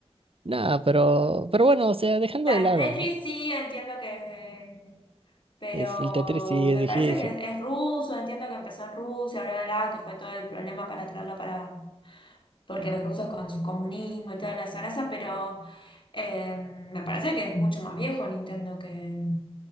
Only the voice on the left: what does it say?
O sea,
el Tetris sí, entiendo que, eh, pero
me
parece que es, es ruso, entiendo que empezó en Rusia, bla, bla, bla, que fue todo el problema para traerlo para porque los rusos con su comunismo y toda la zaraza, pero eh, me parece que es mucho más viejo Nintendo, que